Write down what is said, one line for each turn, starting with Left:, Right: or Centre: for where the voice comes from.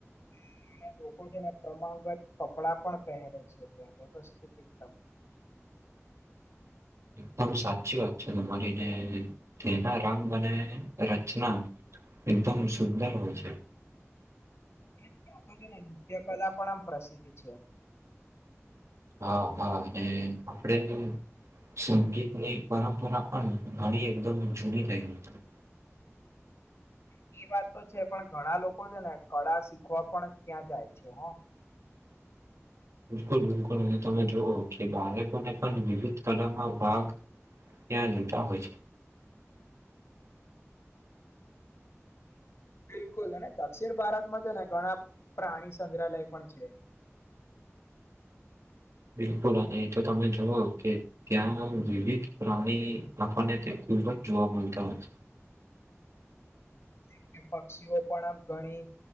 Left: હમ્મ. ત્યાં લોકો છે ને પ્રમાણગત કપડાં પણ પહેરે છે ત્યાં વ્યવસ્થિત એકદમ. <inaudible>
Right: એકદમ સાચી વાત છે તમારી, ને તેના રંગ અને રચના એકદમ સુંદર હોય છે.
Left: <inaudible> ત્યાં તો છે ને નૃત્ય કલા પણ આમ પ્રસિદ્ધ છે.
Right: હા, હા અને આપણેે <unintelligible> સંગીતની પરંપરા પણ ઘણી એકદમ જૂની ગઈ હતી.
Left: <inaudible> હા એ વાત તો છે પણ ઘણા લોકો છે ને કળા શીખવા પણ ત્યાં જાય છે હ.
Right: બિલકુલ-બિલકુલ અને તમે જુઓ કે બાળકોને પણ વિવિધ કલામાં ભાગ ત્યાં લેતાં હોય છે.
Left: બિલકુલ અને દક્ષિણ ભારતમાં તો ને ઘણા પ્રાણી સંગ્રહાલય પણ છે. <inaudible>
Right: બિલકુલ અને એ તો તમે જુઓ કે ત્યાં વિવિધ પ્રાણી આપણનેં <unintelligible> ખૂબ જ જોવા મલતા હોય છે.
Left: જેમ કે પક્ષીઓ પણ આમ ઘણી